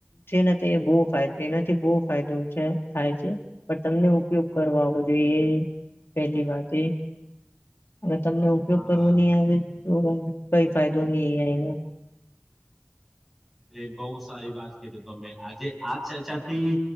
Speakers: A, on the left (about 70°); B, in the centre.
A: છેને તે બહ એનાથી બહુ ફાયદો છે થાય છે પણ તમને ઉપયોગ કરવા આવો જોઈએ એ પહેલી વાત એ હવે તમને ઉપયોગ
B: હા
A: કરવો ની આવે તોઈ કઈ ફાયદો ની આયવો
B: એ બહુ સારી વાત કીધી ત મેં આજે આ ચર્ચાથી